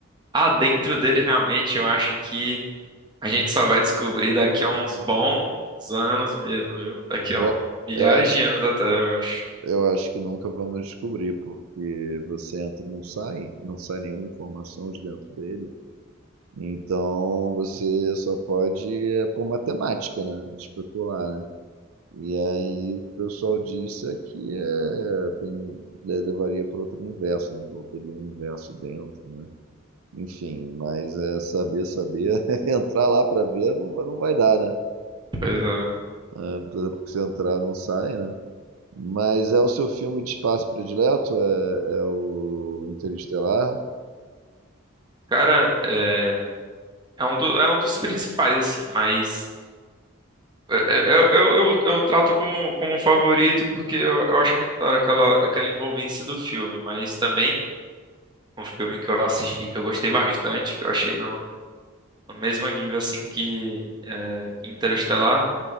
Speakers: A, on the right; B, on the right.
A: há dentro dele realmente, eu acho que A gente só vai descobrir daqui a uns bons anos mesmo, viu? Daqui a
B: eu,
A: uns milhares
B: eu acho,
A: de anos até, eu acho.
B: eu acho que nunca vamos descobrir, porque você entra e não sai, não sai nenhuma informação de dentro dele. Então você só pode, é por matemática, né? Especular, né? E aí o pessoal disse é que é, tem, é, levaria para outro universo, né? Teria um universo dentro, né? Enfim, mas é saber, saber, <laughs> entrar lá para ver não, vai- não vai dar, né?
A: Pois é.
B: É, porque se entrar não sai, né? Mas é o seu filme de espaço predileto? É, é o Interestelar?
A: Cara, é, é, um, do- é um dos principais, assim, mas é- é- eu, eu, eu, eu trato como, como um favorito porque eu, eu acho muito da hora aquela, aquela envolvência do filme, mas também um filme que eu assisti, que eu gostei bastante, que eu achei no, no mesmo nível, assim, que, é, que Interestelar,